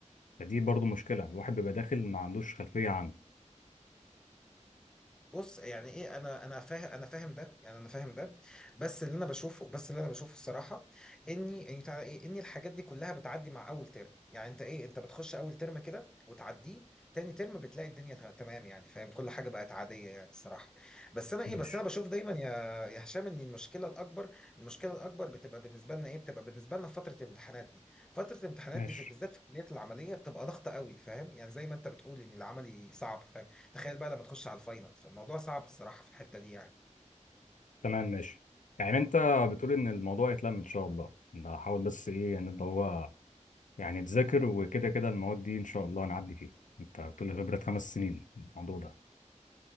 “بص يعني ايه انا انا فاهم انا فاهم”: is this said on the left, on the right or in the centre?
Centre